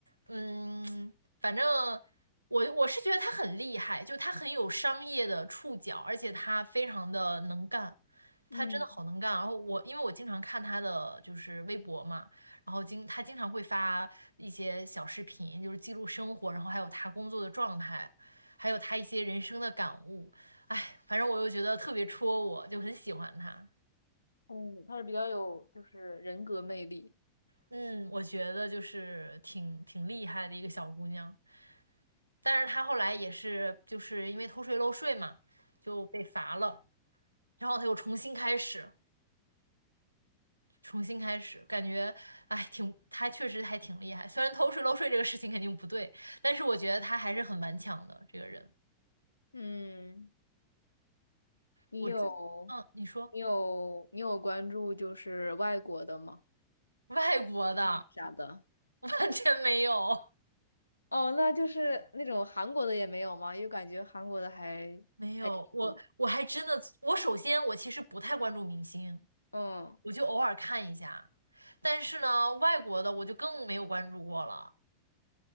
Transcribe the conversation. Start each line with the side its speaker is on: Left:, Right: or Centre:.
Right: 嗯，反正我我是觉得他很厉害，就他很有商业的触角，而且他非常的能干，他真的好能干。
Left: 嗯
Right: 然后我因为我经常看他的就是微博嘛，然后经他经常会发一些小视频，就是记录生活，然后还有他工作的状态，还有他一些人生的感悟。哎，反正我又觉得特别戳我，就很喜欢她。
Left: 嗯，他是比较有就是人格魅力。
Right: 嗯，我觉得就是挺挺厉害的一个小姑娘，但是她后来也是就是因为偷税漏税嘛，就被罚了，然后她又重新开始，重新开始，感觉哎挺，她确实还挺厉害。虽然偷税漏税这个事情肯定不对，但是我觉得她还是很顽强的这个人。
Left: 嗯，你有
Right: 我自，嗯，你说
Left: 你有你有关注就是外国的吗？
Right: 外国的
Left: 一些啥的？
Right: <laughs> 完全没有。
Left: 哦，那就是那种韩国的也没有吗？因为感觉韩国的还
Right: 没有，我我还真的，
Left: 哦，
Right: 我首先我其实不太关注明星，
Left: 嗯，
Right: 我就偶尔看一下，但是呢，外国的我就更没有关注过了。